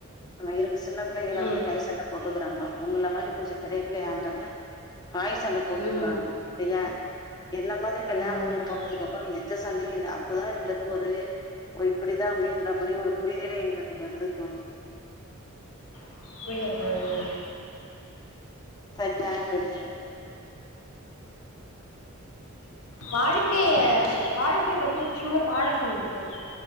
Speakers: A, on the left (about 20°); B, on the left (about 75°).
A: நம்ம இருக்கு சின்ன பிள்ளைங்கள
B: ம்
A: வந்து கை சண்ட போட்டுக்கிறாங்க உங்கள மாரி ‌‌‌‌‌‌கொஞ்ச பெரிய பிள்ளை ஆனான வாய் சண்ட போட்டுக்குறாங்க
B: ம்
A: சரியா என்ன மாதிரி ‌‌ கல்யாணம்
B: ஆமா
A: பண்ணி
B: தோழி
A: போனதுக்கு அப்புறம் எந்த சண்டையு இல்ல அப்பதா எங்குளுக்கு ஒரு ஓ இப்டிதா அப்டின்ற மாரி ஒரு புரிதலே எங்களுக்கு வருது தோழி
B: அப்டியா தோழி
A: சரிதா தோழி
B: வாழ்க்கைய வாழ்க்கைய பத்தி ஒரு சின்ன பாடம் சொல்லுங்க தோழி